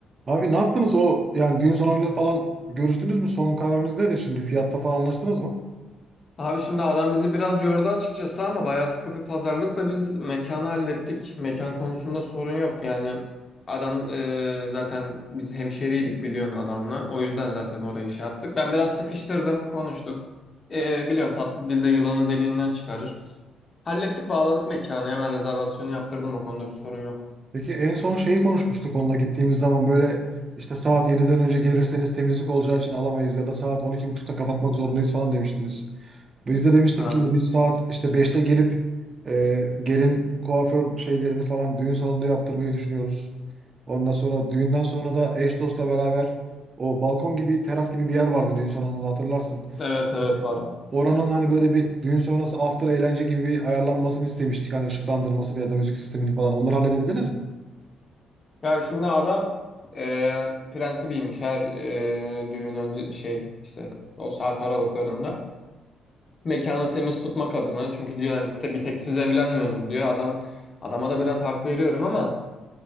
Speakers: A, on the right; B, on the left.
A: Abi ne yaptınız o yani düğün salonuyla falan görüştünüz mü? Son kararınız nedir şimdi? Fiyatta falan anlaştınız mı?
B: Abi şimdi adam bizi biraz yordu açıkçası ama bayağı sıkı bir pazarlıkla biz mekanı hallettik. Mekan konusunda sorun yok yani. Adam e, zaten biz hemşeriydik biliyorsun adamla. O yüzden zaten orayı şey yaptık. Ben biraz sıkıştırdım, konuştuk. E, biliyorsun tatlı dilde yılanı deliğinden çıkarır. Hallettik, bağladık mekanı. Hemen rezervasyonu yaptırdım o konuda bir sorun yok.
A: Peki en son şeyi konuşmuştuk onunla gittiğimiz zaman böyle işte saat 7'den önce gelirseniz temizlik olacağı için alamayız ya da saat on iki buçukta kapatmak zorundayız falan demiştiniz. Biz de demiştik
B: Ha.
A: ki biz saat işte beşte gelip e, gelin kuaför şeylerini falan düğün salonunda yaptırmayı düşünüyoruz. Ondan sonra düğünden sonra da eş dostla beraber o balkon gibi teras gibi bir yer vardı düğün salonunda hatırlarsın.
B: Evet evet
A: Yani
B: var o.
A: Oranın hani böyle bir düğün sonrası after eğlence gibi bir ayarlanmasını istemiştik. Hani ışıklandırmasını ya da müzik sistemini falan. Onları halledebildiniz mi?
B: Ya şimdi adam e, prensibiymiş her e, düğün önce şey işte o saat aralıklarında. mekanı temiz tutmak adına. Çünkü diyor hani site bir tek siz evlenmiyorsunuz diyor. Adam adama da biraz hak veriyorum ama